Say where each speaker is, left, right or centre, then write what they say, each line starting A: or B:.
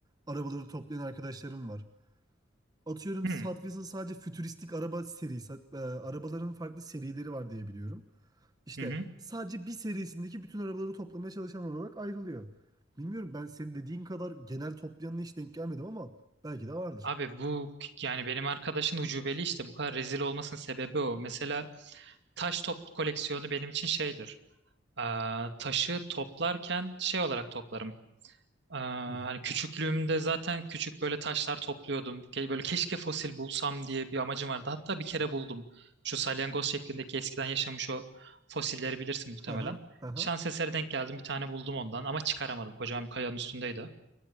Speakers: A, on the right (about 20°); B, on the right (about 60°).
A: arabaları toplayan arkadaşlarım var. Atıyorum
B: Hmm.
A: Hot Wheels'ın sadece fütüristik araba serisi, e, arabaların farklı serileri var diye biliyorum. İşte
B: Hı hı.
A: sadece bir serisindeki bütün arabaları toplamaya çalışan olarak ayrılıyor. Bilmiyorum ben senin dediğin kadar genel toplayanına hiç denk gelmedim ama belki de vardır.
B: Abi bu yani benim arkadaşın ucubeli işte bu kadar rezil olmasının sebebi o. Mesela taş top koleksiyonu benim için şeydir. Ee, taşı toplarken şey olarak toplarım. Ee, hani
A: Hı.
B: küçüklüğümde zaten küçük böyle taşlar topluyordum. Ke- Böyle keşke fosil bulsam diye bir amacım vardı. Hatta bir kere buldum. Şu salyangoz şeklindeki eskiden yaşamış o fosilleri bilirsin muhtemelen.
A: Hı hı, hı hı.
B: Şans eseri denk geldim. Bir tane buldum ondan ama çıkaramadım. Kocaman bir kayanın üstündeydi.